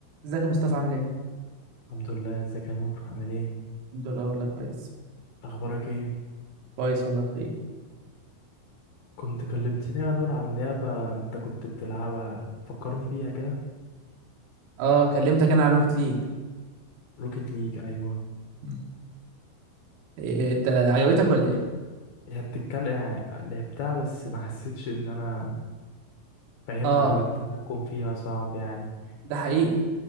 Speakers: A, on the right; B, on the left.
A: ازيك يا مصطفى عامل ايه؟
B: الحمد لله ازيك يا نور عامل ايه
A: الحمد لله والله كويس
B: اخبارك ايه
A: كويس والله بخير
B: كنت كلمتني يا نور عن لعبة انت كنت بتلعبها فكرني بيها كده
A: اه كلمتك انا عن روكيت ليج
B: روكيت ليج ايوه
A: مم. إيه انت عجبتك ولا ايه؟
B: هي بتتكلم يعني لعبتها بس ما حسيتش ان انا فاهمها
A: اه
B: او التحكم فيها صعب يعني
A: ده حقيقي